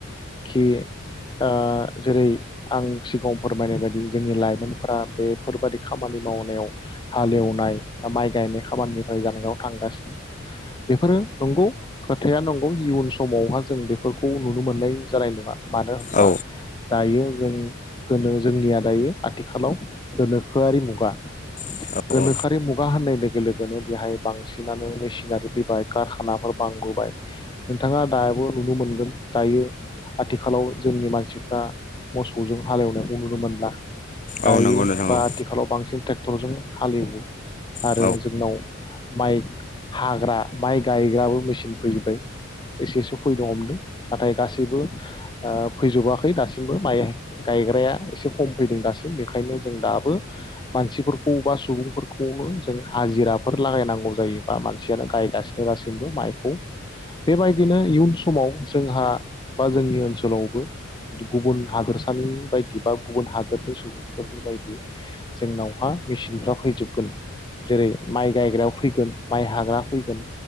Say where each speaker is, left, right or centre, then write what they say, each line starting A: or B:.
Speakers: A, on the left; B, on the left.
A: खि ओ जेरै आं सिगाङाव फोरमायनाय बायदि जोंनि लाइमोनफोरा बेफोर बायदि खामानि मावनायाव हालेवनाय बा माइ गायनाय खामानिनिफ्राय जानायगाव थांगासिनो बेफोरो नंगौ खोथाया नंगौ इयुन समावहा जों बेफोरखौ नुनो मोननाय जानाय नङा। मानो होनबा
B: औ
A: दायो जों गोनो जोंनिया दायो आथिखालाव गोनोखोआरि मुगा
B: औ
A: गोनोखोआरि
B: औ
A: मुगा होननाय लोगो लोगो नो बेहाय बांसिनानो मेसिनारि फैबाय कारखानाफोर बांबोबाय नोंथाङा दाबो नुनो मोनगोन दायो आथिखालाव जोंनि मानसिफ्रा मोसौजों हालेवनायखौ नुनो मोनला। दायो
B: औ नंगौ नोंथां
A: बा
B: औ
A: आथिखालाव बांसिन ट्रेक्टरजों हालेवो आरो
B: जोंनाव गंसेसो फै दङ जोंनि ओनसोलाव सासे मानसि बा सानै मानसिल' नांगौ जागोन ट्रेक्टर सालायनो बा माइ गायनाय मेसिनखौ सामलायनो
A: माइ हाग्रा माइ गायग्राबो मेचिन फैजोबबाय एसे एसे फैनो हमदों नाथाय गासैबो ओ फैजोबाखै दासिमबो माइ गायग्राया एसे खम फैदों दासिम बेखायनो जों दाबो मानसिफोरखौ बा सुबुंफोरखौनो जों हाजिराफोर लागायनांगौ जायो बा मानसियानो गायगासिनो दासिमबो माइखौ। बेबायदिनो इयुन समाव जोंहा बा जोंनि ओनसोलावबो गुबुन हादोरसानि बायदि बा गुबुन हादोरनि सुबुंफोरनि बायदि जोंनावहा मेचिनफ्रा फैजोबगोन। जेरै माइ गायग्रायाव फैगोन माइ हाग्रा फैगोन